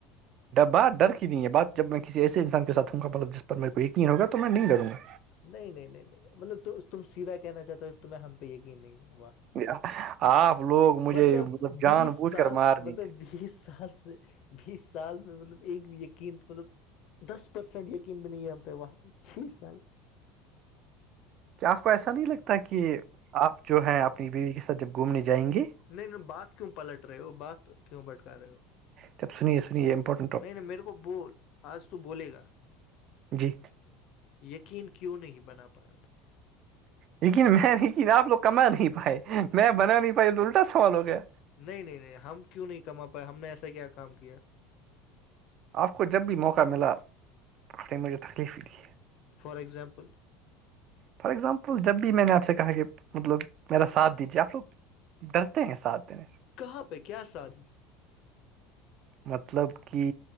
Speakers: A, on the right; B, on the left.
A: بات ڈر کی نہیں ہے بات جب میں کسی ایسے انسان کے سھ ہوں گا مطل جس پر میرے کو یقین ہوگا تو میں نہیں کروں گا
B: نہیں نہیں نہیں نہیں مطلب تو تم سیدھا کہنا چاہتے ہو تمہیں ہم پہ یقین نہیں ہے وہاہ
A: <unintelligible> آپ لوگ مجھے
B: مطلب
A: جان
B: بیس
A: بوجھ
B: سال
A: کر مار
B: مطلب
A: دیں گے
B: بیس سال سے بیس سال میں مطلب ایک بھی یقین مطلب دس پرسینٹ بھی نہیں ہے ہم پہ وہاں پہ چھ سال
A: کیا آپ کو ایسا نہیں لگتا کہ آپ جو ہے اپنی بیوی کے ساتھ جب گھومنے جائیں گے
B: نہیں نہیں بات کیوں پلٹ رہے ہو بات کیوں بٹکا رہے ہو
A: تب سنی سنیم پ پر
B: نہیں نہیں میرے کو بول آج تو بولے گا
A: جی
B: یقین کیوں نہیں بنا پایا تھا
A: لیکن میں لیکن آپ ل کما نہیں پائے میں بنا نہیں پائی تو الٹا سوال ہو گیا
B: نہیں نہیں نہیں ہم کیوں نہیں کما پائے ہم نے ایسا کیا کام کیا
A: آپ کو جب بھی موقع ملا تو آپ نے مجھے تکلیف ہی دی
B: فار اگزامپل
A: فار ایگزامپل جب بھی میں نے آپ سے کہا کہ مطلب میرا ساتھ دیجیے آپ لوگ ڈرتے ہیں ساتھ دینے سے
B: کہاں پہ کیا ساد
A: مطلب کہ